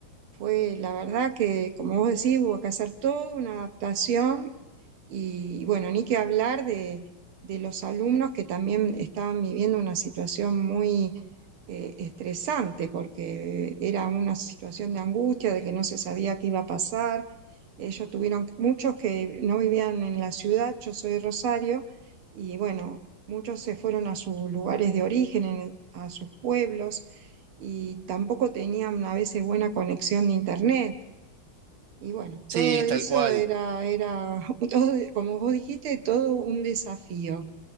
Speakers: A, on the right; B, on the right.
A: Fue la verdad que, como vos decís, hubo que hacer toda una adaptación y bueno, ni que hablar de, de los alumnos que también estaban viviendo una situación muy eh, estresante porque era una situación de angustia, de que no se sabía qué iba a pasar. Ellos tuvieron, muchos que no vivían en la ciudad, yo soy de Rosario, y bueno, muchos se fueron a sus lugares de origen, en- a sus pueblos y tampoco tenían a veces buena conexión de internet. Y bueno,
B: Sí,
A: todo eso
B: tal cual.
A: era, era <laughs> todo, como vos dijiste, todo un desafío